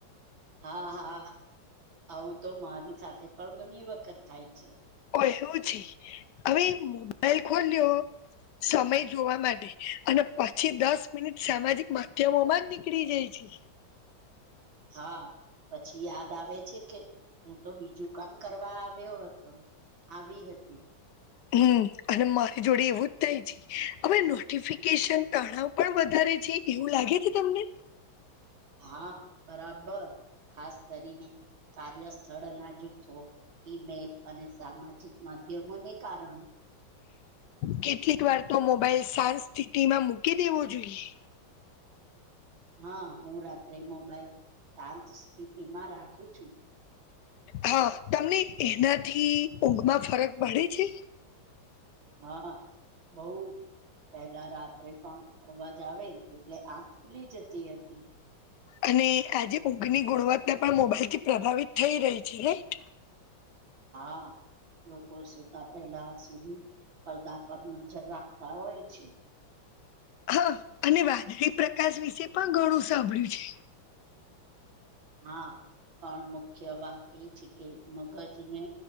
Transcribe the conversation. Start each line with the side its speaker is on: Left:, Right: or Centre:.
Right: હા, હા, આવું તો મારી સાથે પણ ઘણી વખત થાય છે.
Left: એવું છે, હવે મોબાઈલ ખોલ્યો. સમય જોવા માટે અને પછી દસ મિનિટ સામાજિક માધ્યમોમાં જ નીકળી જાય છે.
Right: હા, પછી યાદ આવે છે કે હું તો બીજું કામ કરવા આવ્યો હતો, આવી હતી.
Left: હમ અને મારી જોડે એવું જ થઈ જ. હવે નોટિફિકેશન તણાવ પણ વધારે છે એવું લાગે છે તમને.
Right: હા, બરાબર. ખાસ કરીને કાર્ય સ્થળના જૂથ. ઈમેલ અને સામાજિક માધ્યમોને કારણે
Left: કેટલીક વાર તો મોબાાઈલ શાંત સ્થિતિમાં મૂકી દેવો જોઈએ.
Right: હા, હું રાત્રે મોબાઈલ શાંત સ્થિતિમાં રાખું છું.
Left: હા, તમને એનાથી ઊંઘમાં ફરક પડે છે.
Right: હા, બઉ જ. પેલા રાત્રે પણ અવાજ આવે એટલે આંખ ખુલી જતી હતી.
Left: અને આજે ઊંઘની ગુણવત્તા પણ મોબાઈલ થી પ્રભાવિત થઈ રહી છે, રાઈટ?
Right: હા. લોકો સુતા પહેલા સુધી પડદા પર નજર રાખતા હોય છે.
Left: હા, અને વાદળી પ્રકાશ વિશે પણ ઘણું સાંભળ્યું છે.
Right: હા, પણ મુખ્ય વાત એ છે કે મગજને